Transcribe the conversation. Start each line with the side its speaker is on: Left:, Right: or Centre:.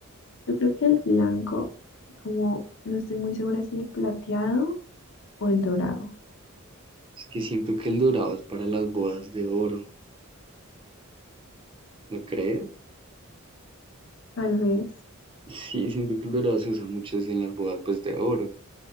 Left: Yo creo que el blanco, y como no estoy muy segura si el plateado o el dorado,
Right: Es que siento que el dorado es para las bodas de oro, ¿no crees? <laughs>
Left: tal vez.
Right: Sí, siento que el dorado se usa mucho es en las bodas pues de oro.